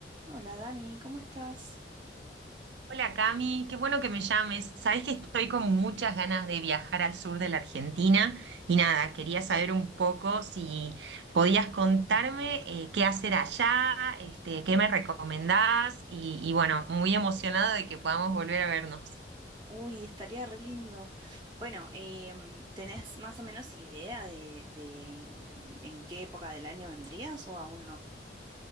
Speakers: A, on the right; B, on the right.
A: Hola Dani, ¿cómo estás?
B: Hola Cami, qué bueno que me llames. Sabés que estoy con muchas ganas de viajar al sur de la Argentina y nada, quería saber un poco si podías contarme eh, qué hacer allá, este, qué me recomendás y, y bueno, muy emocionada de que podamos volver a vernos.
A: Uy, estaría re lindo. Bueno, em, ¿tenés más o menos idea de, de en, en qué época del año vendrías o aún no?